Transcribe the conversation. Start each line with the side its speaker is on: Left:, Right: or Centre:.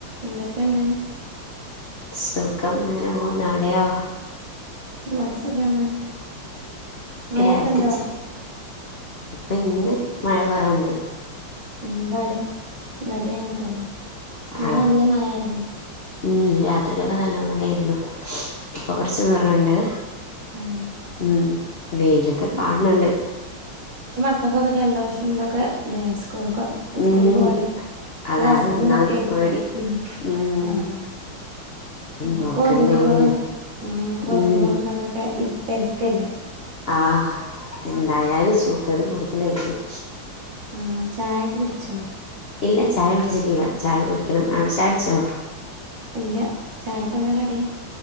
Right: എന്തക്കെണ്ട്
Left: സുഖം ഇങ്ങനെ പോവ്ന്ന് അവടയോ
Right: ഇവട സുഖാണ് മഴൊക്കെ
Left: രാവില്ത്തച്ച
Right: ഉണ്ടോ
Left: ഇപ്പ ഇന്ന് മഴ കൊറവ്ണ്ട്
Right: ഉം ഇവടീം ഇവടീം അങ്ങൻത്തന്നെ ഇന്നല
Left: ആണോ
Right: നല്ല മഴയാര്ന്നു
Left: ഉം രാത്രിക്കൊക്കെ നല്ല മഴയേര്ന്നു ഇപ്പൊ കൊറച്ച് കൊറവ്ണ്ട്
Right: ഉം
Left: ഉം വൈലൊക്ക ക്കാണ് ണ് ണ്ട്
Right: ക്കൊക്കെ ജലദോഷംതൊക്കെ ല്ലേ സ്കൂള്ക്ക് സ്കൂള്
Left: ഉം
Right: പോവാല്
Left: അതാണ്
Right: രോ അസുഖംതൊക്കേരിക്കും
Left: ഒന്നാമത് പേടി
Right: ഉം
Left: ഉം
Right: ആഹ് ഇപ്പൊ
Left: നോക്കണ്ടേന്
Right: കൊത്ക്കകൾ എന്ത് ഉം കൊത്
Left: ഉം
Right: ക്ക്കൾ ന്തൊക്കേ പെ പെരക്കല്ലേ
Left: ആഹ് എന്തായാലും സൂക്കേട് കൂടുതലേരിക്കും
Right: ഉം ചായൊക്ക കുടിച്ചോ
Left: ഇല്ല ചായ കുടിച്ചിട്ടില്ല ചായ കുടിക്കണം അവടെ ചായുടിച്ചോ
Right: ഇല്ല ചായക്കെന്താ കടി